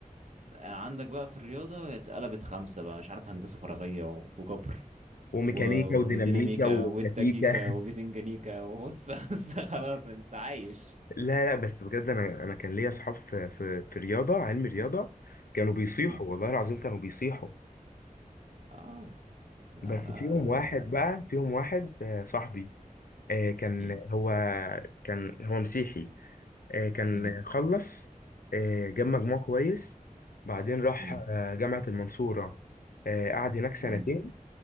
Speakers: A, on the right (about 55°); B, on the left (about 85°).
A: يعني عندك بقى في الرياضة اتقلبت خمسة بقى مش عارف هندسة فراغية و- وجبر
B: وميكانيكا
A: و- وديناميكا
B: وديناميكا واستاتيكا
A: واستاتيكا
B: <laughs>
A: وبتنجانيكا وبص <laughs> بس خلاص انت عايش
B: لا لا بس بجد انا انا كان ليا اصحاب في في في رياضه علم رياضه كانوا بيصيحوا
A: مم.
B: والله العظيم كانوا بيصيحوا
A: اه لا
B: بس
A: لا
B: فيهم واحد بقى فيهم واحد آه، صاحبي آه، كان
A: مم.
B: هو كان هو مسيحي آه، كان
A: مم.
B: خلص آه، جاب مجموع كويس بعدين راح
A: مم.
B: آه، جامعه المنصوره آه، قعد هناك سنتين
A: مم.